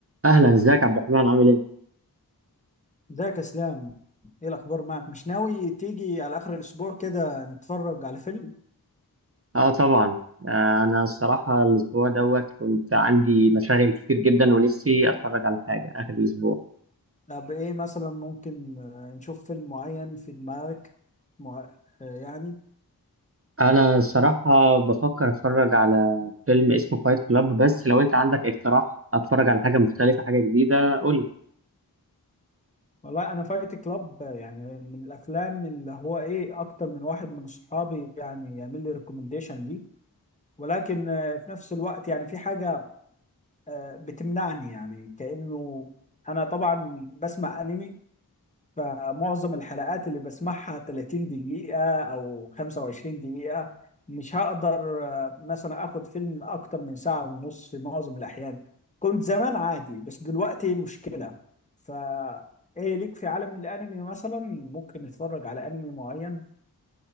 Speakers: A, on the right; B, on the left.
A: اهلا ازيك عبد الرحمن عامل ايه
B: ازيك يا اسلام ايه الاخبار معك مش ناوي تيجي على اخر الاسبوع كده نتفرج على فيلم
A: اه طبعا آه انا الصراحه الاسبوع دوت كنت عندي مشاغل كتير جدا ونفسي اتفرج على حاجه اخر الاسبوع
B: طب ايه مثلا ممكن آه، نشوف فيلم معين في دماغك مع... آه، يعني
A: انا الصراحه بفكر اتفرج على فيلم اسمه فايت كلاب بس لو انت عندك اقتراح اتفرج على حاجه مختلفه حاجه جديده قول لي
B: والله انا فايت كلاب آه، يعني من الافلام اللي هو ايه اكتر من واحد من صحابي يعني يعمل لي ريكومنديشن ليه ولكن آه، في نفس الوقت يعني في حاجة آه، بتمنعني يعني كأنه انا طبعا بسمع انمي فمعظم الحلقات اللي بسمعها 30 دقيقة أو 25 دقيقة مش هقدر آه، مثلا آخد فيلم أكتر من ساعة ونص في معظم الأحيان كنت زمان عادي بس دلوقتي مشكلة فا إيه ليك في عالم الأنمي مثلا ممكن نتفرج على أنمي معين